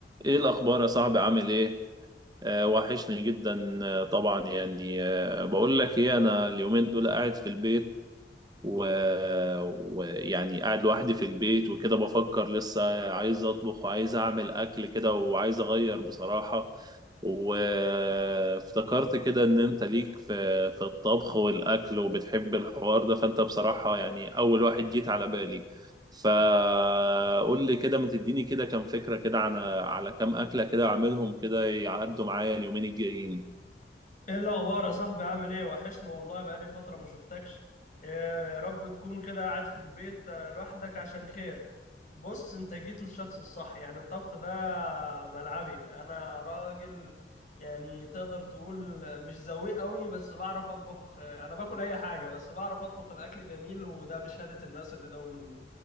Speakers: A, on the right (about 25°); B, on the left (about 45°).
A: ايه الاخبار يا صاحبي عامل ايه آه وحشني جدا آه طبعا يعني آه بقول لك ايه انا اليومين دول قاعد في البيت و- ويعني قاعد لوحدي في البيت وكده بفكر لسه عايز اطبخ وعايز اعمل اكل كده وعايز اغير بصراحة وافتكرت كده ان انت ليك في في الطبخ والاكل وبتحب الحوار ده فانت بصراحة يعني اول واحد جيت على بالي فقول لي كده ما تديني كده كام فكرة كده على على كام أكلة كده أعملهم كده يعدوا معايا اليومين الجايين
B: ايه الاخبار يا صاحبي عامل ايه وحشنا والله بقالي فتره ما شفتكش إيه يا رب تكون كده قاعد في البيت آه، لوحدك عشان خير بص انت جيت للشخص الصح يعني الطبخ ده ملعبي انا راجل يعني تقدر تقول مش ذويق قوي بس بعرف اطبخ آه، انا باكل اي حاجه بس بعرف اطبخ الاكل جميل وده بشهاده الناس اللي داوم مني